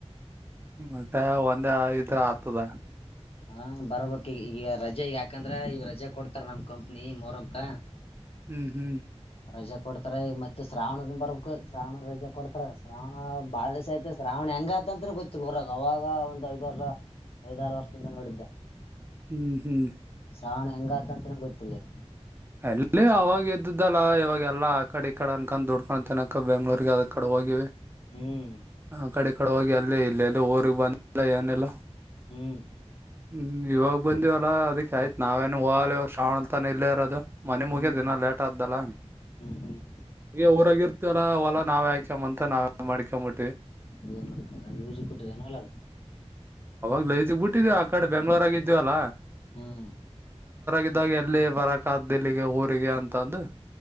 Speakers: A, on the right; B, on the left.
A: ಮತ್ತ್ ಮುಂದೆ ಇದ್ರ ಆಗ್ತದ
B: ಹಾ ಬರ್ಬೇಕ್ ಈ ಈಗ ರಜೆ ಈಗ ಯಾಕಂದ್ರೆ ಈ ರಜೆ ಕೊಡ್ತಾರ ನಮ್ ಕಂಪ್ನಿ ಮೊರಂ ಕ
A: ಹ್ಮ್ ಹ್ಮ್
B: ರಜೆ ಕೊಡ್ತಾರೆ ಈಗ ಮತ್ತೆ. ಮತ್ತೆ ಶ್ರಾವಣಗೊಮ್ಮೆ ಬರಬೇಕು ಶ್ರಾವಣ ರಜೆ ಕೊಡ್ತಾರ ಶ್ರಾವಣ ಬಾಳ ದಿವಸ ಆಯ್ತ ಶ್ರಾವಣ ಹೆಂಗತ. ಇದಂತ್ರು ಗೊತ್ತಿಲ್ಲ ಊರಾಗ ಅವಾಗ ಒಂದ ಐದ್ ಆರು ವರ್ಷ ಐದಾರು ವರ್ಷದಿಂದ ನೋಡಿದ್ದೆ.
A: ಹ್ಮ್ ಹ್ಮ್
B: ಶ್ರಾವಣ ಹೆಂಗಾದಂತನೂ ಗೊತ್ತಿಲ್ಲಗ.
A: ಅಲ್ಲಿ ಅವಾಗ ಇದ್ದ್ದಲ್ಲ ಇವಾಗೆಲ್ಲಾ ಆ ಕಡೆ ಈ ಕಡೆ ಅನ್ಕೊಂಡ್ ದುಡ್ಕೊಂಡ ತಿನ್ನಕ ಬೆಂಗಳೂರಿಗೆ ಅದ ಕಡೆ ಹೋಗಿವಿ.
B: ಹ್ಮ್
A: ಆಕಡೆ ಇಕಡೆ ಹೋಗಿ ಅಲ್ಲೇ ಇಲ್ಲೆ ಅಲ್ಲಿ ಊರಿಗೆ ಬಂದಲ್ಲ ಏನೆಲ್ಲ.
B: ಹ್ಮ್
A: ಹ್ಮ ಇವಾಗ ಬಂದಿವಲ್ಲ ಅದಿಕ್ ಆಯ್ತ್ ನಾವೇನು ಹೋಗಲ್ಲ ಶ್ರಾವಣ ಅಂತ ಇಲ್ಲರೋದು. ಮನೆ
B: ಹ್ಮ್
A: ಮುಗ್ಯದಿನ ಲೇಟ್ ಆದ್ದಲ್ಲ
B: ಹ್ಮ್ ಹ್ಮ್ ಹ್ಮ್
A: ಈಗ ಊರಾಗಿ ಇರ್ತವಲ್ಲ ಹೊಲಾ ನಾವ್ ಯಾಕ್ಯಂತ ನಾವ. ಮಡಿಕ ಬಿ ಟ್ಟ
B: ನೀನ್ ಮಾಡ ಯೂಜಿ ಕೊಟ್ಟಿದ್ದನು ಹೊಲದ
A: ಲ್ಲ ಇದಗ್ ಬಿಟ್ಟಿದೀವ ಆ ಕಡೆ ಬೆಂಗಳೂರಗ ಇದಿದ್ಯವಲ್ಲ
B: ಹ್ಮ್
A: ಇದ್ದಾಗ ಎಲ್ಲಿ ಬರಕ್ ಕಾದ್ದಲ್ಲಿಗೆ ಊರಿಗೆ ಅಂತಂದು